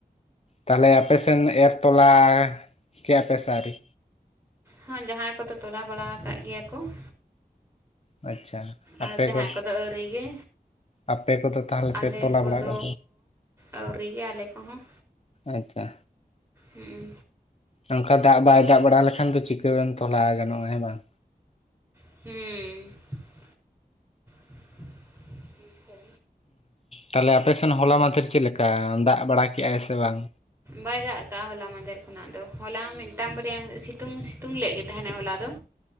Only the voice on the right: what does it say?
ᱦᱟᱸ ᱡᱟᱦᱟᱸᱭ ᱠᱚᱫᱚ ᱛᱚᱞᱟ ᱵᱟᱲᱟ ᱠᱟᱜ ᱜᱮᱭᱟ ᱠᱚ ᱾
ᱟᱨ ᱡᱟᱦᱟᱸᱭ
ᱠᱚᱫᱚ ᱟᱹᱣᱨᱤᱜᱮ
ᱟᱞᱮ
ᱠᱚᱫᱚ
ᱟᱹᱣᱨᱤ ᱜᱮ ᱟᱞᱮ ᱠᱚᱦᱚᱸ
ᱦᱩᱜ-ᱩ
ᱦᱩᱸᱻ ᱩᱻ <unintelligible>
ᱵᱟᱭ ᱫᱟᱜ ᱠᱟᱜ-ᱟ ᱦᱚᱞᱟ ᱢᱟᱫᱷᱮᱨ ᱠᱷᱚᱱᱟᱜ ᱫᱚ ᱦᱚᱞᱟ ᱦᱚᱸ ᱢᱤᱫᱴᱟᱝ ᱵᱟᱨᱭᱟ ᱥᱤᱛᱩᱝ ᱥᱤᱛᱩᱝ ᱞᱮᱫ ᱜᱮ ᱛᱟᱦᱮᱸᱱᱟ ᱦᱚᱞᱟ ᱫᱚ